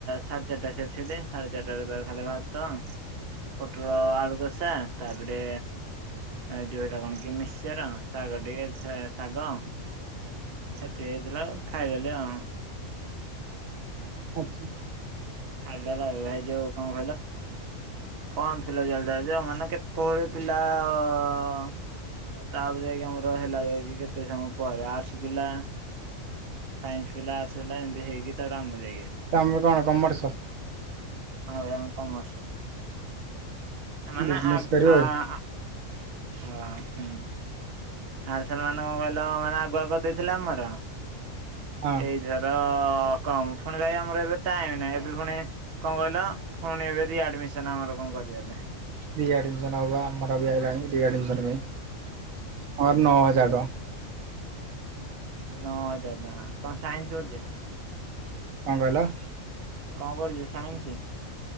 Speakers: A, on the right (about 50°); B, on the right (about 80°).
A: ସାଢେ ଚାରିଟା ସେଠିଲ ସାଢେ ଚାରିଟରେ ତ ଖା ଭାତ ତ ପୋଟଳଆଳୁ କଷା ତାପରେ ଏ ଯୋଟା କଣ କି ମିଶର ଶାଗ ଟିକେ ଶାଗ ସେତିକି ହେଇଥିଲା ଖାଇଦେଲି ଆଉଁ
B: ଆଛା।
A: ହା ଭାଇ ଯୋଉ କଣ କହଲ ଫମ୍ ଫିଲ ଚାଲିଥା ମାନେ କେତୋବଳେ ପିଲା ଆଉ ତାପରେ ଯାଇକି ଆମର ହେଲା ଯାଇକି କେତେ ସମୟ ପରେ ଆର୍ଟ୍ସ ପିଲା ସାଇନ୍ସ ବୋ ଆର୍ଟସ ବାମ ହ ହେଗି ତ ଆମଲ ହଇକି
B: ତମେ କଣ କମୋର୍ସ?
A: ହଁ ବୟ କମସ ମାନେ
B: ବିଜନେସ
A: ଆ
B: କରିବ
A: ଆ ଅ ହଁ। ଆଥର ମାନେ କ କହିଲ ମାନେ ଆଗୁଆଗଦେଇଥିଲା ଆମର
B: ଆଉ ହଁ
A: ଏଇଥର ଅ କଣ ଫୁଣି ଭାଇ ଆମର ଏବେ ଟାଇମ ନାଇଁ ଏବେ ପୁଣି କଣ କହିଲ ଫୁଣି ଏବେ ରି ଆଡମିସନ ଆମର କଣ କରିବର
B: ଦିଆଡି ଜଣ ହବା ଆମର ବି ଆଇଲାଣି। ରି ଆଡମିଶନ୍ ପାଇଁ ହଁ ନଅ ହଜାର ଟଙ୍କା।
A: ନଅ ହଜାର ଟଙ୍କା କଣ ସାଇନ୍ସ ଓଡ଼ିଆ?
B: କଣ କହିଲ?
A: କଣ କରୁଛୁ ସାଇନ୍ସ?